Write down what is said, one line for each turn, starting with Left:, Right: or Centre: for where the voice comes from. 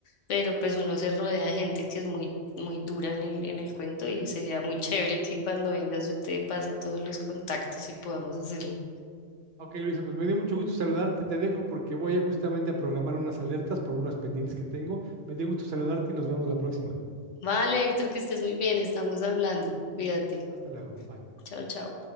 Left: Pero pues uno se rodea de gente que es muy, muy dura en el, en el cuento y sería muy chévere que cuando vengas yo te pase todos los contactos y podamos hacerlo.
Right: Ok, Luisa, pues me dio mucho gusto saludarte, te dejo porque voy a justamente a programar unas alertas por unas pendientes que tengo. Me dio gusto saludarte y nos vemos la próxima.
Left: Vale, Héctor, que estés muy bien, estamos hablando. Cuídate.
Right: Hasta luego. Bye.
Left: Chao, chao.